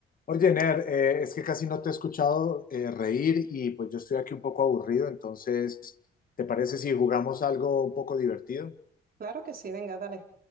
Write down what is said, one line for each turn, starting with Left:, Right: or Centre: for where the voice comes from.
Left: Oye, Ner, eh, es que casi no te he escuchado eh, reír y pues yo estoy aquí un poco aburrido, entonces, ¿te parece si jugamos algo un poco divertido?
Right: Claro que sí, venga, dale.